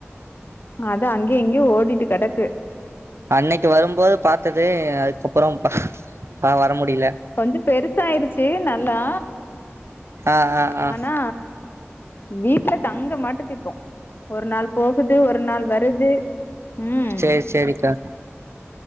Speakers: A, on the left; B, on the right.
A: அதா அங்கே இங்கயு ஓடிட்டு கடக்கு
B: அன்னைக்கு வரும்போது பாத்தது அதுக்கப்பறம் பா ஆஹ் வர முடில
A: கொஞ்ச பெருசாயிருச்சு நல்லா
B: ஆ ஆ ஆ
A: ஆனா வீட்டுல தங்க மாட்டுதிப்போ ஒரு நாள் போகுது ஒரு நாள் வருது உம்
B: சேரி சேரிக்கா